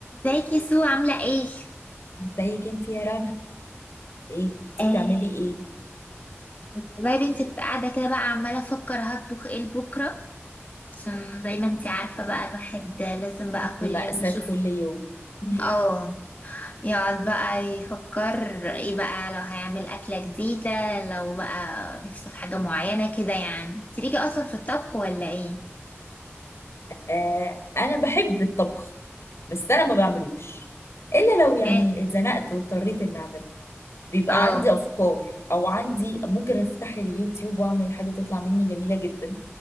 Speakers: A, on the left; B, on the left.
A: ازيك يا سو عاملة ايه؟
B: زيك انت يا رنا ايه كنت
A: آه
B: بتعملي ايه
A: والله يا بنتي كنت قاعدة كده بقى عمالة افكر هطبخ ايه لبكرة عشان زي ما انتي عارفة بقى الواحد لازم بقى كل
B: دي
A: يوم
B: مأساة
A: يشوف
B: كل يوم <laughs>
A: اه يقعد بقى يفكر ايه بقى لو هيعمل أكلة جديدة لو بقى نفسه في حاجة معينة كده يعني انتي ليكي اصلا في الطبخ ولا ايه؟
B: آه انا بحب الطبخ بس انا ما بعملوش الا لو يعني
A: ايه؟
B: اتزنقت واضطريت اني اعمله بيبقى
A: اه
B: عندي افكار او عندي ممكن افتح اليوتيوب واعمل حاجه تطلع مني جميله جدا